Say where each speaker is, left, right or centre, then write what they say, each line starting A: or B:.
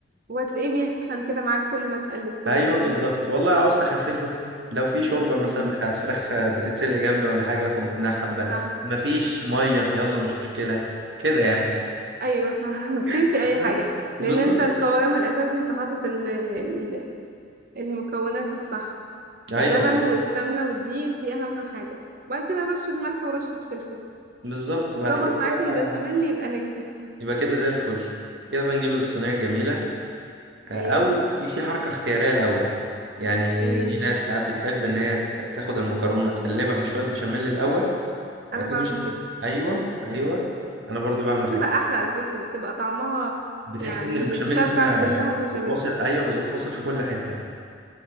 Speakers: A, on the right; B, on the right.
A: وهتلاقيه بيتخن كده معاك كل ما تقلب كل
B: ايوه
A: ما تقلب
B: بالظبط والله عاوز تخففه لو في شوربه مثلا
A: مم.
B: بتاعت فراخ آه، بتتسلق جنبي ولا حاجه اخد منها حبه
A: صح
B: مفيش ميه يلا مش مشكله كده يعني
A: ايوه صح <laughs> بتمشي
B: <laughs>
A: اي
B: بس
A: حاجة
B: بالظبط
A: لان انت القوام الاساسي انت حاطط ال- ال- ال- المكونات الصح
B: ايوه
A: اللبن والسمنة والدقيق دي أهم حاجة بعد كده رشة ملح ورشة فلفل
B: بالظبط بعد
A: ظبط
B: كده
A: معاك
B: بقى
A: البشاميل يبقى نجحت
B: يبقى كده زي الفل كده بقى نجيب الصينيه الجميله او
A: <laughs> أيوه
B: في في حركه اختياريه الاول يعني
A: ايه
B: في ناس ساعات بتحب ان هي ت- تاخد المكرونه تقلبها في شويه بشاميل الاول
A: أنا
B: اكيد
A: بعمل
B: مش
A: كده
B: ايوه ايوه انا برضو بعمل
A: بتبقى
B: كده
A: أحلى على فكرة بتبقى طعمها
B: بتحس
A: يعني
B: ان البشاميل
A: متشبع
B: فيها
A: كلها بشاميل
B: و- واصل ايوه بالظبط واصل في كل حته